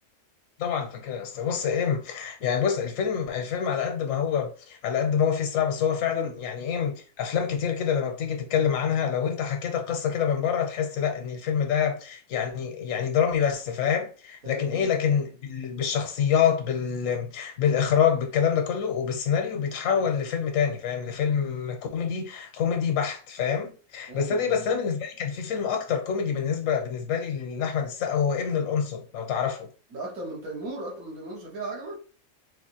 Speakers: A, on the left; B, on the right.
A: طبعا فاكرها يا اسطى بص ايه يعني بص الفيلم الفيلم على قد ما هو على قد ما هو فيه صراع بس هو فعلا
B: مم.
A: يعني ايه افلام كتير كده لما بتيجي تتكلم عنها لو انت حكيت القصه كده من بره تحس لا ان الفيلم ده يعني يعني درامي بس فاهم
B: ايوه
A: لكن ايه
B: ايوه
A: لكن بال- بالشخصيات بال بالاخراج بالكلام ده كله وبالسيناريو بيتحول لفيلم تاني فاهم لفيلم كوميدي كوميدي بحت فاهم
B: ايوه
A: بس انا ايه بس انا بالنسبه لي كان في فيلم اكتر كوميدي بالنسبه بالنسبه لي لاحمد السقا هو ابن القنصل لو تعرفه
B: ده اكتر من تيمور اكتر من تيمور وشفيقة عجبك